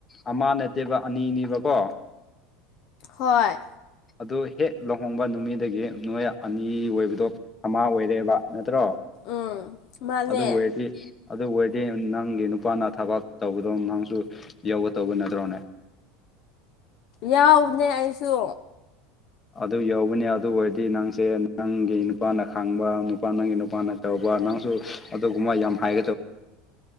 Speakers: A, on the left; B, on the left.
A: ꯑꯃ ꯅꯠꯇꯦꯕ ꯑꯅꯤꯅꯦꯕꯀꯣ
B: ꯍꯣꯏ
A: ꯑꯗꯨ ꯍꯦꯛ ꯂꯨꯍꯣꯡꯕ ꯅꯨꯃꯤꯠꯗꯒꯤ ꯅꯣꯏ ꯑꯅꯤ ꯑꯣꯏꯕꯗꯣ ꯑꯃ ꯑꯣꯏꯔꯦꯕ ꯅꯠꯇ꯭ꯔꯣ
B: ꯎꯝ ꯃꯥꯅꯦ
A: ꯑꯗꯨ ꯑꯣꯏꯔꯗꯤ ꯑꯗꯨ ꯑꯣꯏꯔꯗꯤ ꯅꯪꯒꯤ ꯅꯨꯄꯥꯅ ꯊꯕꯛ ꯇꯧꯕꯗꯣ ꯃꯥꯡꯁꯨ ꯌꯧꯒꯗꯧꯕ ꯅꯠꯇ꯭ꯔꯣꯅꯦ
B: ꯌꯥꯎꯕꯅꯦ ꯑꯩꯁꯨ
A: ꯑꯗꯨ ꯌꯥꯎꯕꯅꯦ ꯑꯗꯨ ꯑꯣꯏꯔꯗꯤ ꯅꯪꯁꯦ ꯅꯪꯒꯤ ꯅꯨꯄꯥꯅ ꯈꯪꯕ ꯅꯨꯄꯥ ꯅꯪꯒꯤ ꯅꯨꯄꯥꯅ ꯇꯧꯕ ꯅꯪꯁꯨ ꯑꯗꯨꯒꯨꯝꯕ ꯌꯥꯝ ꯍꯥꯏ